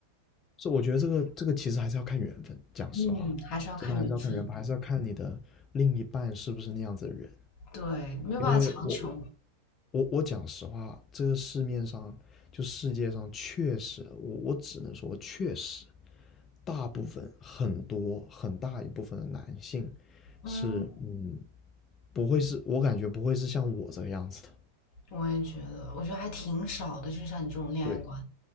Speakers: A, on the left; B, on the left.
A: 是，我觉得这个这个其实还是要看缘分，讲实话，
B: 嗯，还是要看缘分。
A: 真的还是要看缘分，还是要看你的另一半是不是那样子的人。
B: 对，没有办法强求。
A: 因为我我我讲实话，这个市面上就世界上确实，我我只能说确实，大部分很多很大一部分的男性
B: 嗯，
A: 是嗯，不会是我感觉不会是像我这个样子的。
B: 我也觉得，我觉得还挺少的，就是像你这种恋爱观。
A: 对，